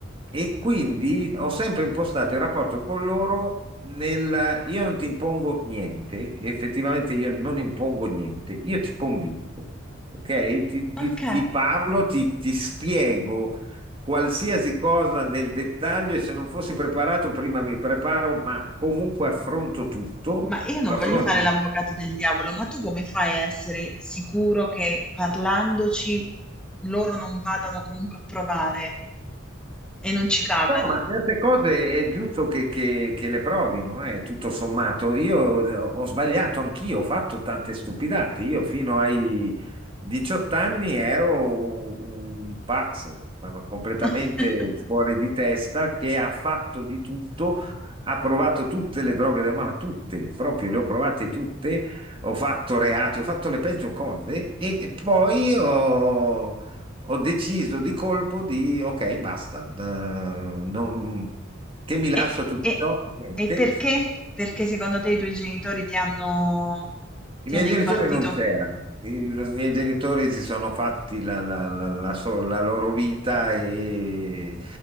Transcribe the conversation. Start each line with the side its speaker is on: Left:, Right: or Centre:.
Right: e quindi ho sempre impostato il rapporto con loro nel io non ti impongo niente, effettivamente io non impongo niente, io ti convinco. Ok? Ti, ti-
Centre: Ok.
Right: ti parlo, ti, ti spiego qualsiasi cosa nel dettaglio e se non fossi preparato prima mi preparo, ma comunque affronto tutto,
Centre: Ma io non
Right: lo affronto
Centre: voglio fare l'avvocato del diavolo, ma tu come fai a essere sicuro che parlandoci loro non vadano comunque a provare e non ci cadano?
Right: No, ma certe cose è giusto che, che- che le provino, eh, tutto sommato. Io eh, ho sbagliato anch'io, ho fatto tante stupidate. Io fino ai 18 anni ero un, un pazzo, ma completamente
Centre: <laughs>
Right: fuori di testa, che ha fatto di tutto, ha provato tutte le droghe del mamma, tutte, proprio le ho provate tutte, ho fatto reati, ho fatto le peggio cose e, e poi ho ho deciso di colpo di ok, basta, da- non- che mi lascia
Centre: E,
Right: tutto
Centre: e-
Right: ciò? Niente.
Centre: e perché? Perché secondo te i tuoi genitori ti hanno,
Right: I
Centre: ti
Right: miei
Centre: hanno
Right: genitori
Centre: impartito?
Right: non c'erano, i, i miei genitori si sono fatti la, la- la- la so- la loro vita e